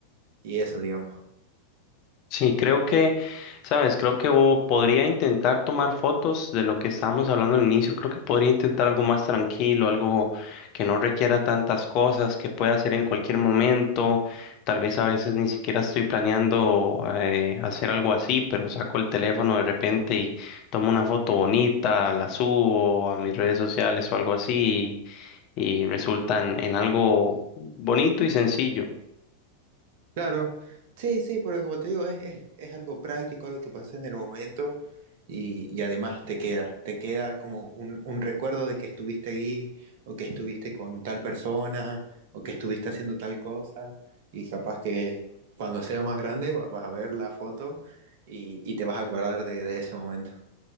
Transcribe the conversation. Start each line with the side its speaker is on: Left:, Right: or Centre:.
Right: y eso, digamos.
Left: Sí, creo que, sabes, creo que o- podría intentar tomar fotos de lo que estábamos hablando al inicio. Creo que podría intentar algo más tranquilo, algo que no requiera tantas cosas, que pueda hacer en cualquier momento. Tal vez a veces ni siquiera estoy planeando eh, hacer algo así, pero saco el teléfono de repente y tomo una foto bonita, la subo a mis redes sociales o algo así y, y resulta en en algo bonito y sencillo.
Right: Claro, sí, sí, porque como te digo, es, es, es algo práctico, algo que pasa en el momento y, y además te queda, te queda como un, un recuerdo de que estuviste ahí o que estuviste con tal persona o que estuviste haciendo tal cosa y capaz que cuando seas más grande va- vas a ver la foto y, y te vas a acordar de, de ese momento.